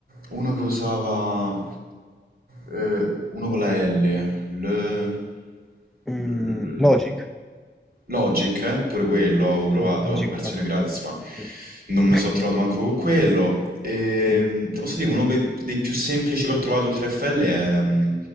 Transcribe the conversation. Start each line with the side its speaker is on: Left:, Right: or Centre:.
Right: uno che usava, eh, uno con la L, L, L,
Centre: mm,
Right: L,
Centre: Logic.
Right: Logic, eh, pure quello avevo provato,
Centre: Sì, Logic
Right: versione
Centre: Pro.
Right: gratis, ma
Centre: Sì.
Right: non mi
Centre: <laughs>
Right: sono trovato manco con quello. E,
Centre: Sì.
Right: te posso dire, uno che- dei più semplici che ho trovato oltre a FL è mm,